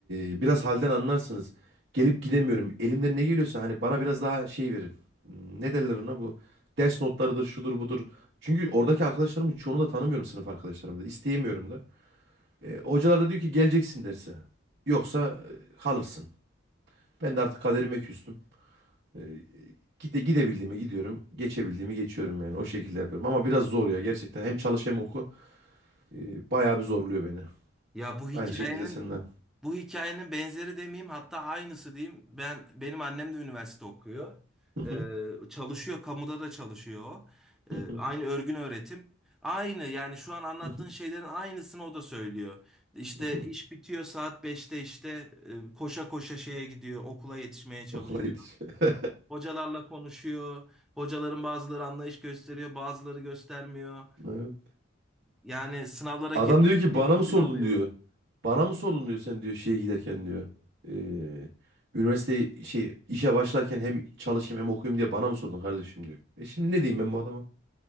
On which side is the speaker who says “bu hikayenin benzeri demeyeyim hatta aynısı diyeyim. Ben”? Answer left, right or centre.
Centre